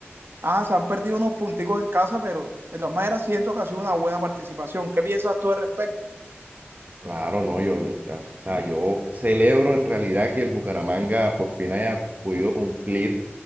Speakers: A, on the right; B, on the right.
A: Ah, se han perdido unos punticos en casa, pero de todas maneras siento que ha sido una buena participación. ¿Qué piensas tú al respecto?
B: Claro, no, yo, ya- o sea, yo celebro en realidad que el Bucaramanga por fin haya podido cumplir